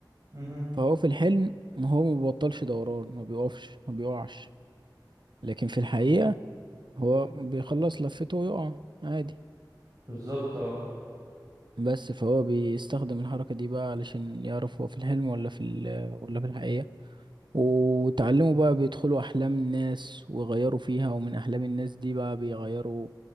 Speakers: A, on the right; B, on the right.
A: امم
B: فهو في الحلم ما هو ما بيبطلش دوران ما بيقفش ما بيقعش لكن في الحقيقة هو بيخلص لفته ويقع عادي
A: بالظبط اه
B: بس فهو بيستخدم الحركة دي بقى علشان يعرف هو في الحلم ولا في ال ولا في الحقيقة وتعلموا بقى بيدخلوا أحلام الناس ويغيروا فيها ومن أحلام الناس دي بقى بيغيروا